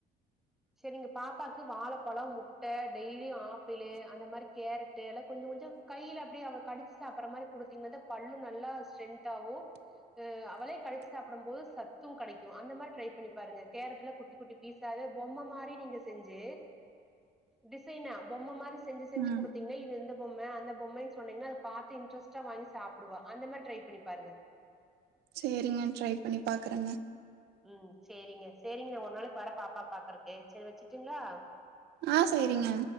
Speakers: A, in the centre; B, on the right.
A: சரிங்க பாப்பாக்கு வாழப்பழோம் முட்ட டெய்லியும் ஆப்பிளு அந்த மாரி கேர தேல கொஞ்ச கொஞ்சோ கையில அப்டியே அவ கடிச்சு சாப்பற மாரி குடுத்தீங்கனதா பல்லு நல்லா ஸ்ட்ரென்த் ஆகும் சு அவளே கடிச் சாப்படும் போது சத்தும் கடைக்கும் அந்த மார் ட்ரை பண்ணி பாருங்க கேரடெல்லா குட்டி குட்டி பீசாது பொம்ம மாரி நீங்க செஞ்சு டிசைன்னா பொம்ம மார் செஞ்சு செஞ்சு
B: ம்
A: குடுத்தீங்கனா இது இந்த பொம் ம அந்த பொம்மன் சொன்னீங்கன்னா பாத்து இன்டரெஸ்டா வாங்கி சாப்டுா அந்த மாரி ட்ரை பண்ணி பாருங்க
B: சேரிங்க ட்ரை பண்ணி பாக்குறங்க
A: உம் சேரிங்க சேரிங்க நா ஒரு நாள்க் வர பாப்பா பாக்குறக்கு சேர் வச்சுட்டீங்களா
B: ஆ சேரிங்க